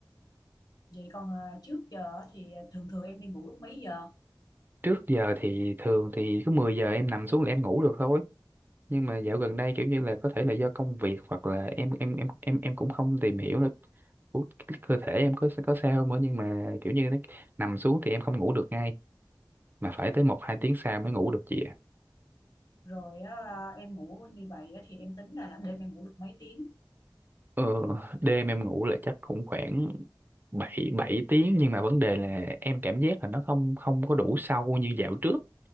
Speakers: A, on the left; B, on the right.
A: Vậy còn à, trước giờ á thì thường thường em đi ngủ lúc mấy giờ?
B: Trước giờ thì thường thì cứ 10 giờ em nằm xuống là em ngủ được thôi. Nhưng mà dạo gần đây kiểu như là có thể là do công việc hoặc là em em em em em cũng không tìm hiểu được của cái cơ thể em có có sao không nữa nhưng mà kiểu như nó nằm xuống thì em không ngủ được ngay mà phải tới một hai tiếng sau mới ngủ được chị ạ.
A: Rồi á, em ngủ như vậy á thì em tính ra là đêm em ngủ được mấy tiếng?
B: Ờ, đêm em ngủ là chắc cũng khoảng bảy bảy tiếng nhưng mà vấn đề là em cảm giác là nó không không có đủ sâu như dạo trước.